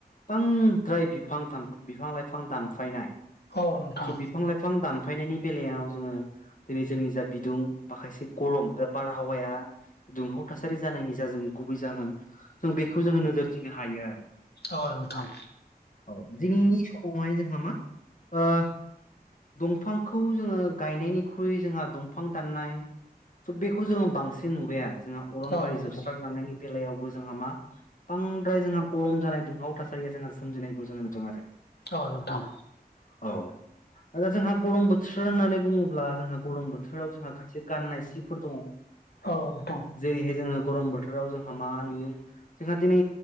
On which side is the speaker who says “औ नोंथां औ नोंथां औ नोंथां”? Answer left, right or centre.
Left